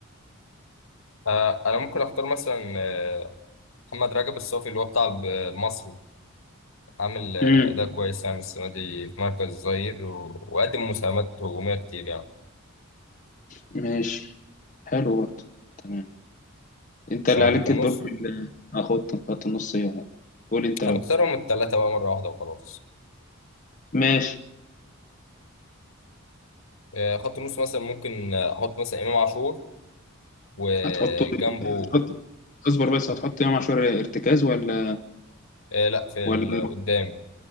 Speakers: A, on the left; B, on the left.
A: آه، انا ممكن اختار مثلا آه، محمد رجب الصافي اللي هو بتاع الب- المصري عامل آه،
B: امم
A: أداء كويس يعني السنة دي في مركز الظهير و- وقدم مساهمات هجومية كتير يعني
B: ماشي حلو برضه تمام أنت
A: مش
B: اللي
A: على
B: عليك
A: خط النص
B: الدور في ال- آه، خط خط النص إيه؟ يعني؟ قول أنت لو
A: هنختارهم التلاتة بقى مرة واحدة وخلاص
B: ماشي
A: آه، خط النص مثلا ممكن آه، أحط مثلا إمام عاشور وجنبه
B: هتحطه هتحط اصبر بس هتحط إمام عاشور ارتكاز ولا
A: آه، لأ في
B: ولا
A: ال- قدام